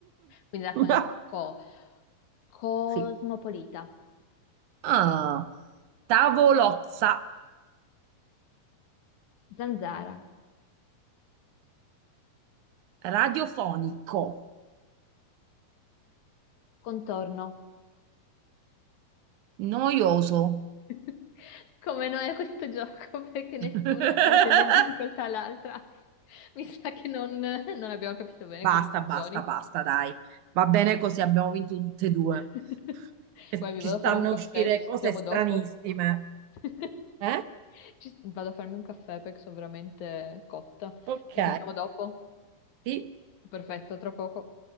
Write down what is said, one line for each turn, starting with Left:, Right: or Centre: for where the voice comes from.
Left: Quindi era
Right: <laughs>
Left: con la co. Cosmopolita.
Right: Sì. Ah, tavolozza
Left: Zanzara.
Right: radiofonico,
Left: Contorno.
Right: noioso.
Left: <laughs> Come noi a questo gioco, <laughs> perché nessuna
Right: <laughs>
Left: sta mettendo in difficoltà l'altra. Mi sa che non, non abbiamo capito bene
Right: Basta,
Left: come funzioni.
Right: basta, basta, dai. Va bene così, abbiamo vinto tutte e due.
Left: <laughs>
Right: Che
Left: Guarda, mi
Right: Ci
Left: vado
Right: stanno
Left: a fare un caffè,
Right: a uscire
Left: ci sentiamo
Right: cose stranissime.
Left: dopo. <laughs>
Right: Eh?
Left: Ci- vado a farmi un caffè perché sono veramente cotta.
Right: Ok.
Left: Ci sentiamo dopo?
Right: Sì.
Left: Perfetto, tra poco.